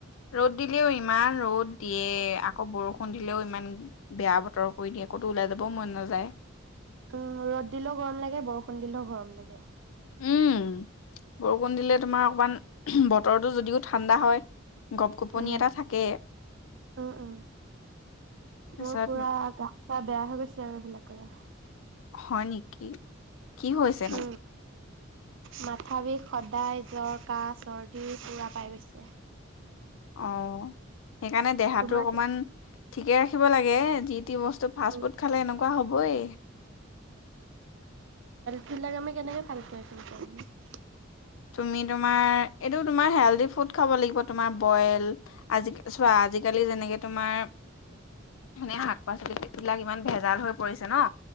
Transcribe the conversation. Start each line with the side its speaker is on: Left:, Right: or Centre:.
Left: ৰ'দ দিলেও হিমান ৰ'দ। দিয়ে আকৌ বৰষু খুন দিলেও ইমান বেয়া বতৰ কৰি দিয়ে আক'তো ওলাই যাবও মন নাযায়।
Right: উম ৰ'দ দিলেও গৰম লাগে বৰষুণ দিলেও গৰম লাগে।
Left: উম বৰষুণ দিলে তোমাৰ অকমান বতৰটো যদিও ঠাণ্ডা হয় গপ গপনি
Right: উম,
Left: এটা থাকে
Right: উম-উম
Left: তাৰপিছত
Right: মোৰ পুৰা গা চা বেয়া হৈ গৈছে আৰু এইবিলাকেৰে।
Left: হয় নেকি? কি হৈছেনো?
Right: উম। মাথা বিষ সদায় জ্বৰ, কাহ, চৰ্দি পুৰা পাই গৈছে।
Left: অ সেইকাৰণে দেহাটো
Right: তোমাৰ
Left: অকমান ঠিকে ৰাখিব লাগে যি বস্তু ফাষ্ট
Right: উম,
Left: ফুড খালে এনেকুৱা হ'বই।
Right: সিলাক আমি কেনেকে ভালকে ৰাখিম <unintelligible>
Left: তুমি তোমাৰ এইটো তোমাৰ হেলডি ফুড খাব লাগিব তোমাৰ বইল আজি চোৱা আজিকালি যেনেকে তোমাৰ মানে শাক পাচলি বিলাক ইমান ভেজাল হৈ পৰিছে ন?